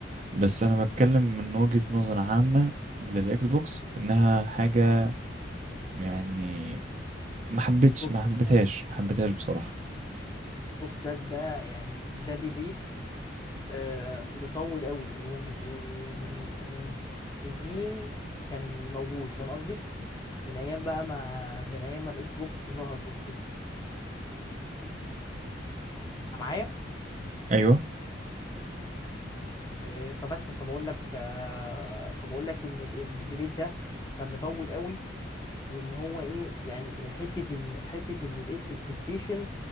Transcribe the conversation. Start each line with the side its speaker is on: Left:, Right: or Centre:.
Right: بس انا بتكلم من وجهة نظر عامة للاكس بوكس انها حاجة يعني ما حبيتش
Left: بص
Right: ما حبيتهاش ما حبيتهاش بصراحة
Left: بص ده ده يعني ده ديبيت آه، مطول قوي وم- ومن ومن سنين كان موجود فاهم قصدي من ايام بقى ما من ايام ما الاكس بوكس ظهرت وكده أنت معايا
Right: ايوه
Left: آه، فبس فبقول لك آه، فبقول لك ان ال- الديبيت ده كان مطول قوي وان هو ايه يعني حته ان حته ان البلايستيشن